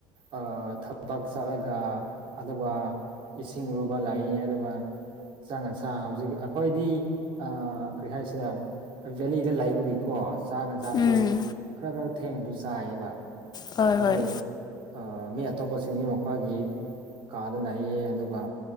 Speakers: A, on the right (about 55°); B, on the left (about 40°).
A: ꯑꯥ ꯊꯕꯛ ꯆꯠꯂꯒ ꯑꯗꯨꯒ ꯏꯁꯤꯡꯔꯨꯕ ꯂꯩꯌꯦ ꯑꯗꯨꯒ ꯆꯪꯉꯥꯁ ꯍꯧꯖꯤꯛꯒꯤ ꯑꯩꯈꯣꯏꯗꯤ ꯑꯥ ꯀꯔꯤ ꯍꯥꯏꯁꯤꯔ ꯕꯦꯂꯤꯗ ꯂꯩꯕꯒꯤꯀꯣ ꯆꯥꯉꯟ ꯆꯥꯕꯁꯨ
B: ꯎꯝ
A: ꯈꯔ ꯈꯔ ꯊꯦꯡꯅꯁꯨ ꯆꯥꯌꯦꯕ
B: ꯍꯣꯏ
A: ꯑꯗꯣ
B: ꯍꯣꯏ
A: ꯑꯥ ꯃꯤ ꯑꯇꯣꯞꯄꯁꯤꯡꯗꯤ ꯃꯈꯣꯏꯒꯤ ꯀꯥꯗ ꯂꯩꯌꯦ ꯑꯗꯨꯒ